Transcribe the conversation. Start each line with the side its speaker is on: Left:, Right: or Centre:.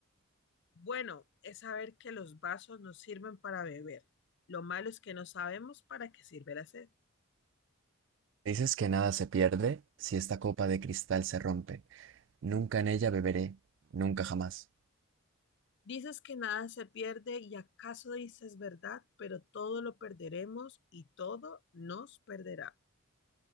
Left: Bueno, es saber que los vasos nos sirven para beber. Lo malo es que no sabemos para qué sirve la sed.
Right: dices que nada se pierde si esta copa de cristal se rompe nunca en ella beberé nunca jamás
Left: Dices que nada se pierde y acaso dices verdad, pero todo lo perderemos y todo nos perderá.